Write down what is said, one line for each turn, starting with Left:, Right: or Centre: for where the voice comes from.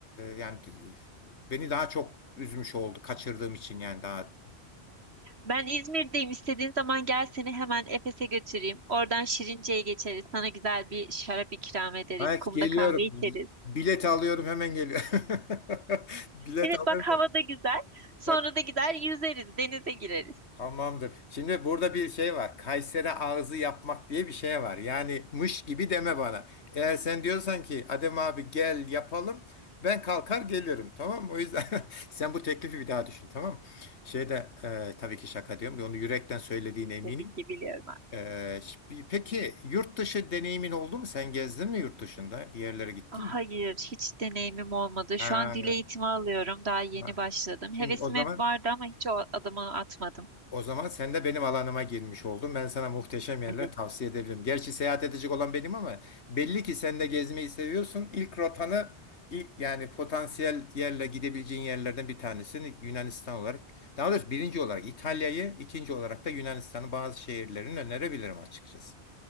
Left: yani beni daha çok üzmüş oldu kaçırdığım için yani daha
Right: Ben İzmir'deyim. İstediğin zaman gel seni hemen Efes'e götüreyim. Oradan Şirince'ye geçeriz. Sana güzel bir şarap ikram ederiz.
Left: Evet
Right: Kumda
Left: geliyorum.
Right: kahve içeriz.
Left: Bilet alıyorum hemen geliyorum. <laughs> Bilet
Right: Evet
Left: alıyorum.
Right: bak havada güzel. Sonra
Left: Bak
Right: da gider yüzeriz, denize gireriz.
Left: Tamamdır. Şimdi burada bir şey var. Kayseri ağzı yapmak diye bir şey var. Yani mış gibi deme bana. Eğer sen diyorsan ki Adem abi gel yapalım. Ben kalkar gelirim. Tamam mı? O yüzden <laughs> sen bu teklifi bir daha düşün. Tamam mı? Şeyde e, tabii ki şaka diyorum. Onu yürekten söylediğine eminim.
Right: Tabii ki biliyorum ben.
Left: Ee, şi- peki yurt dışı deneyimin oldu mu? Sen gezdin mi yurt dışında? Bir yerlere gittin
Right: Ah, Hayır,
Left: mi?
Right: hiç deneyimim olmadı.
Left: Ha,
Right: Şu an dil eğitimi alıyorum. Daha yeni
Left: ha.
Right: başladım.
Left: Şimdi
Right: Hevesim
Left: o zaman
Right: hep vardı ama hiç o adımı atmadım.
Left: o zaman sen de benim alanıma girmiş oldun. Ben sana muhteşem yerler
Right: Evet.
Left: tavsiye edebilirim. Gerçi seyahat edecek olan benim ama belli ki sen de gezmeyi seviyorsun. İlk rotanı ilk yani potansiyel yerle gidebileceğin yerlerden bir tanesini Yunanistan olarak daha doğrusu birinci olarak İtalya'yı, ikinci olarak da Yunanistan'ın bazı şehirlerini önerebilirim açıkçası.